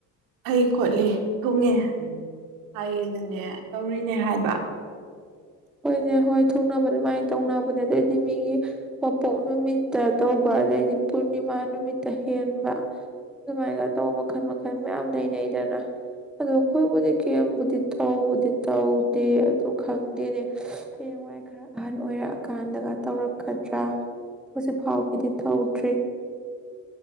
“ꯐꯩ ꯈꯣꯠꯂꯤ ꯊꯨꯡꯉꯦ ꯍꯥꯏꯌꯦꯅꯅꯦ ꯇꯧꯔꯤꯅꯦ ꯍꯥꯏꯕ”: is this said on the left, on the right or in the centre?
Right